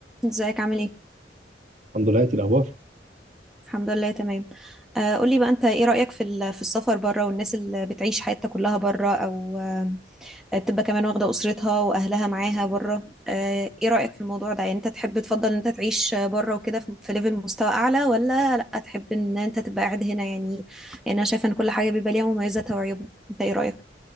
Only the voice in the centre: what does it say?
ازيك عامل ايه
الحمد لله تمام آه قولي بقى انت ايه رأيك في ال- في السفر بره والناس اللي بتعيش حياتها كلها بره او آه تبقى كمان واخدة أسرتها واهلها معاها بره آه ايه رأيك في الموضوع ده يعني انت تحب تفضل ان انت تعيش بره وكده في في ليفل مستوى اعلى ولا لا تحب ان انت تبقى قاعد هنا يعني يعني انا شايفة ان كل حاجة بيبقى ليها مميزاتها وعيوبها انت ايه رأيك